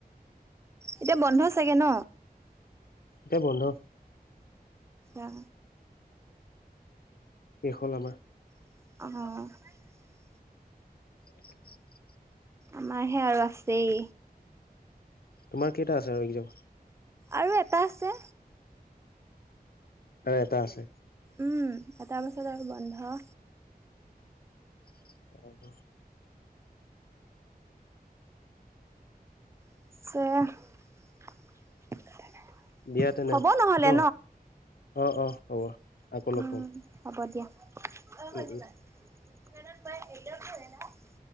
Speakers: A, on the right; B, on the left.
A: এতিয়া বন্ধ চাগে ন
B: এতিয়া বন্ধ
A: আচ্ছা
B: শেষ হ'ল আমাৰ
A: অঁ
B: <unintelligible>
A: আমাৰহে আৰু আছেই
B: তোমাৰ কেইটা আছে আৰু এক্জাম
A: আৰু এটা আছে
B: আৰু এটা আছে
A: উম এটাৰ পাছত আৰু বন্ধ
B: <unintelligible>
A: <unintelligible>
B: দিয়া তেনে
A: হ'ব নহ'লে
B: ন অ অ হ'ব। আকৌ লগ
A: উম
B: পাম
A: হ'ব দিয়া। <unintelligible>
B: উম উম